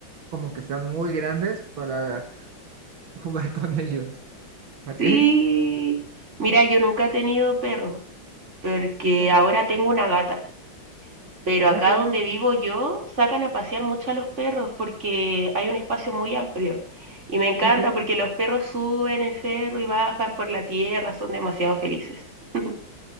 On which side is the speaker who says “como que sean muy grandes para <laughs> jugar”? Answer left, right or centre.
Right